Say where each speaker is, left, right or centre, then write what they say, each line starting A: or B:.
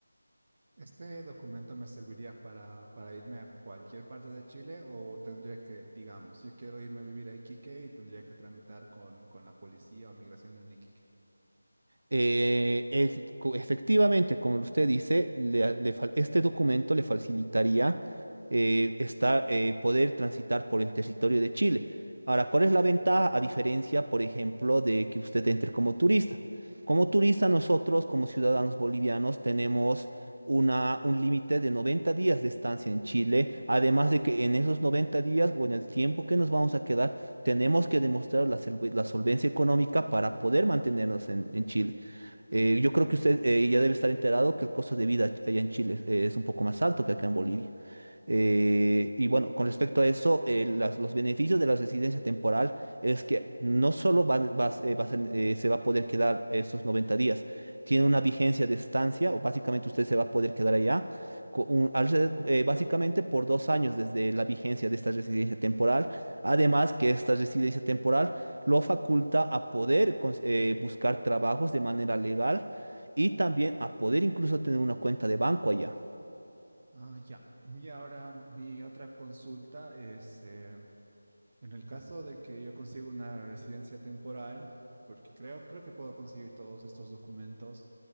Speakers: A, on the right; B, on the right.
A: ¿Este documento me serviría para, para irme a cualquier parte de Chile o tendría que, digamos, yo quiero irme a vivir a Iquique y tendría que tramitar con, con la policía o migración en Iquique?
B: Eh, es- co- efectivamente, como usted dice, le- le fal- este documento le facilitaría eh, esta- eh, poder transitar por el territorio de Chile. Ahora, ¿cuál es la ventaja a diferencia, por ejemplo, de que usted entre como turista? Como turista, nosotros, como ciudadanos bolivianos, tenemos una, un límite de 90 días de estancia en Chile, además de que en esos 90 días o en el tiempo que nos vamos a quedar, tenemos que demostrar la, solve- la solvencia económica para poder mantenernos en en Chile. Eh, yo creo que usted eh, ya debe estar enterado que el costo de vida allá en Chile eh, es un poco más alto que acá en Bolivia. Eh, y bueno, con respecto a eso, eh, las- los beneficios de la residencia temporal es que no solo van- vas- eh, vas en- eh, se va a poder quedar esos 90 días, tiene una vigencia de estancia o básicamente usted se va a poder quedar allá co- un- alre- eh, básicamente por dos años desde la vigencia de esta residencia temporal. Además que esta residencia temporal lo faculta a poder cons- eh, buscar trabajos de manera legal y también a poder incluso tener una cuenta de banco allá.
A: Ah, ya. Y ahora mi otra consulta es, eh, en el caso de que yo consiga una residencia temporal, porque creo, creo que puedo conseguir todos estos documentos.